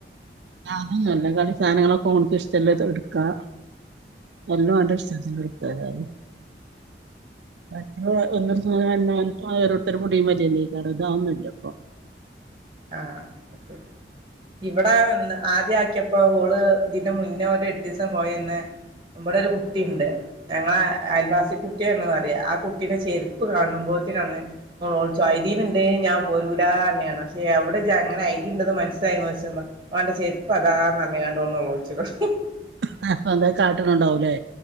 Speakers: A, on the right; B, on the right.
A: ആ നല്ല കളി സാധനങ്ങളൊക്കെ ഓന്ക്ക് ഇഷ്ടമുള്ളത് എടുക്കാ എല്ലാം ഓൻ്റെ ഇഷ്‌ടത്തിന് ഇട്ക്കാകരം മറ്റേ സം ഒന്ന്ട്ക്കുബൊൾ ഓരൊരത്തര് പിടി വലിഅല്ലേക്കാരം ഇത് അതൊന്നും ഇല്ലപ്പൊ
B: ആ ഓ ഇവിടെ ആദ്യ ആക്കിയപ്പോ ഓള് ഇതിന് മുന്നേ ഒരു എട്ട് സം പോയന്ന് നമ്മുടെ ഒരു കുട്ടിയുണ്ട് ഞങ്ങളെ അയൽവാസി കുട്ടിയാണ പറയാ ആ കുട്ടിയുടെ ചെരുപ്പ് കാണുമ്പോൾ നെലൊള്ച്ച് ഐദിന് ഇണ്ടേൽഞാൻ പോരൂല അർഞ്ഞ്ണ് എവിട ഇജ്ജ് അങ്ങനെ ഐതിണ്ടത് മനസ്സിലായിന്നു ചോദിച്ചപ്പ ഓൻ്റെചെരുപ്പ് അതാന്ന് അറഞ്ഞാണ്ട് നെലൊള്ച്ചലൊടുങ്ങും
A: ഹഹ് എന്താ കാട്ടണ് ഉണ്ടാവൂല്ലേ